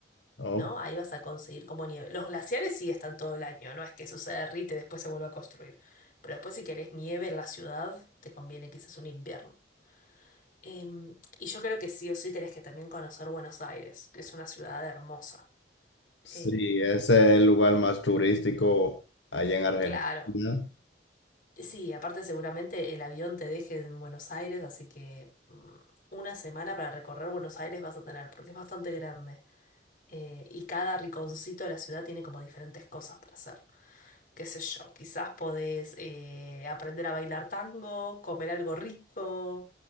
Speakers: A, on the left; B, on the left.
A: Oh,
B: ¿no? Ahí vas a conseguir como nieve. Los glaciares sí están todo el año, no es que eso se derrite y después se vuelva a construir. Pero después si querés nieve en la ciudad, te conviene quizás un invierno. Em, y yo creo que sí o sí tenés que también conocer Buenos Aires, que es una ciudad hermosa.
A: sí,
B: Em,
A: ese es el lugar más turístico allá en Argentina.
B: claro. Sí, aparte seguramente el avión te deje en Buenos Aires, así que mm, una semana para recorrer Buenos Aires vas a tener, porque es bastante grande. Eh, y cada riconcito de la ciudad tiene como diferentes cosas para hacer. qué sé yo, quizás podés eh, aprender a bailar tango, comer algo rico,